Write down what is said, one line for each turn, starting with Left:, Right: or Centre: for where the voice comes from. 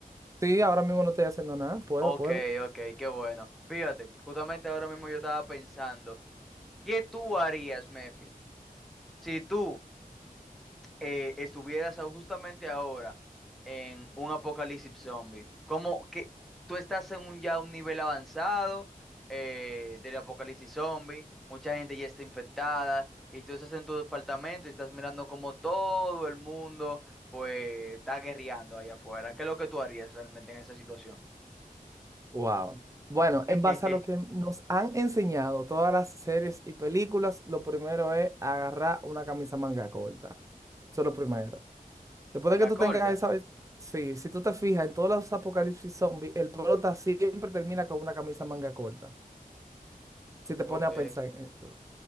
Right: Sí, ahora mismo no estoy haciendo nada. Puedo,
Centre: Ok,
Right: puedo.
Centre: ok, qué bueno. Fíjate, justamente ahora mismo yo estaba pensando, ¿qué tú harías, Mefi? Si tú eh, estuvieras au- justamente ahora en un apocalipsis zombie, como que tú estás en un ya un nivel avanzado eh, del apocalipsis zombie, mucha gente ya está infectada y tú estás en tu departamento y estás mirando como todo el mundo pues está guerreando ahí afuera. ¿Qué es lo que tú harías realmente en esa situación?
Right: Wow. Bueno,
Centre: <laughs>
Right: en base a lo que nos han enseñado todas las series y películas, lo primero es agarrar una camisa manga corta. Eso es lo primero. Después
Centre: Manga
Right: de que tú
Centre: corta.
Right: tengas esa... vez- Sí, si tú te fijas, en todos los apocalipsis zombies, el prota siempre termina con una camisa manga corta. Si te
Centre: Ok,
Right: pones a pensar en eso.